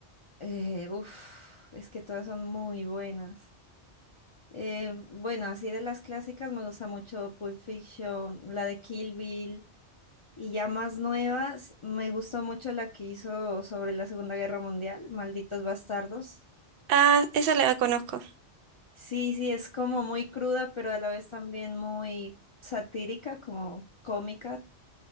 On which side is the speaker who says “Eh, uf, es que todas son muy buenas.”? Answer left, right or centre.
Left